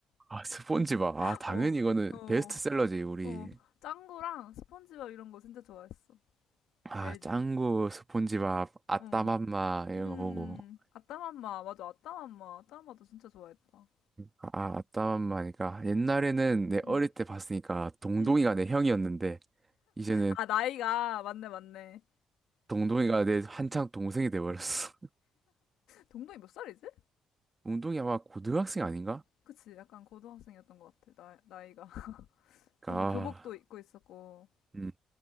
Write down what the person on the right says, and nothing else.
아, 스폰지밥.
아, 당연히
이거는
베스트셀러지, 우리.
아,
짱구, 스폰지밥, 아따맘마,
이런
거 보고.
아, 아, 아따맘마니까. 옛날에는 내
어릴 때 봤으니까 동동이가
내 형이었는데, 이제는
동동이가 내 한창 동생이 돼버렸어. <laughs>
동동이 아마 고등학생 아닌가?
아,
음.